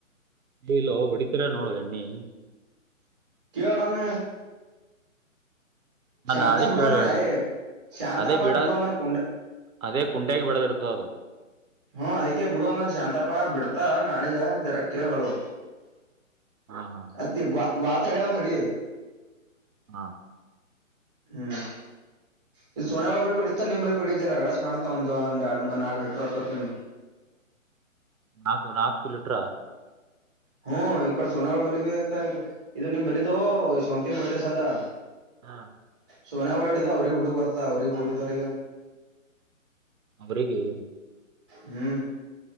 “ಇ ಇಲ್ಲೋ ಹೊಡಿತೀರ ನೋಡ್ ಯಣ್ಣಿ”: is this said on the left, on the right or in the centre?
Right